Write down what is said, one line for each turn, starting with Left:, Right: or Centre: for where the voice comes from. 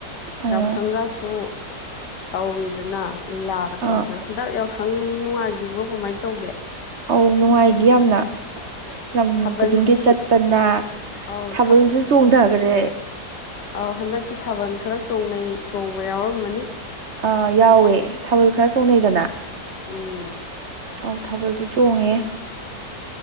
Right: ꯑꯣ
Left: ꯌꯥꯎꯁꯪꯒꯁꯨ ꯇꯧꯋꯤꯗꯅ ꯂꯤꯂꯥꯒ
Right: ꯑꯥ
Left: ꯇꯧꯗꯅ ꯍꯟꯗꯛ ꯌꯥꯎꯁꯪ ꯅꯨꯡꯉꯥꯏꯈꯤꯕ꯭ꯔꯣ ꯀꯃꯥꯏꯅ ꯇꯧꯒꯦ
Right: ꯑꯧ ꯅꯨꯡꯉꯥꯏꯒꯤꯌꯦ <inaudible> ꯂꯝ
Left: ꯊꯥꯕꯜꯗꯤ
Right: ꯈꯨꯗꯤꯡꯒꯤ ꯆꯠꯇꯅ
Left: ꯑꯧ
Right: ꯊꯥꯕꯜꯁꯨ ꯆꯣꯡꯗꯈ꯭ꯔꯦ
Left: ꯑ ꯍꯟꯗꯛꯇꯤ ꯊꯥꯕꯜ ꯈꯔ ꯆꯣꯡꯅꯩ ꯆꯣꯡꯕ ꯌꯥꯎꯔꯝꯃꯅꯤ
Right: ꯑꯥ ꯌꯥꯎꯋꯦ ꯊꯥꯕꯜ ꯈꯔ ꯆꯣꯡꯅꯩꯗꯅ
Left: ꯎꯝ
Right: ꯑꯧ ꯊꯥꯕꯜꯁꯨ ꯆꯣꯡꯉꯦ